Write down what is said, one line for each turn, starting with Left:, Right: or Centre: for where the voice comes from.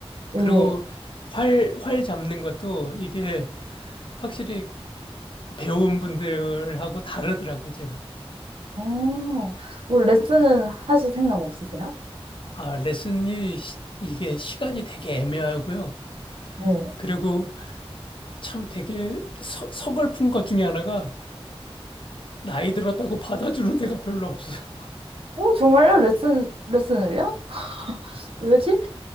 Right: 네.
Left: 그리고 활, 활 잡는 것도 이게 확실히 배운 분들하고 다르더라고요, 제가.
Right: 어, 뭐 레슨은 하실 생각 없으세요?
Left: 아, 레슨이 시- 이게 시간이 되게 애매하고요.
Right: 네.
Left: 그리고 참 되게 서, 서글픈 것 중에 하나가 나이 들었다고 받아주는 데가 별로 없어요.
Right: 어, 정말요? 레슨, 레슨을요? 왜지?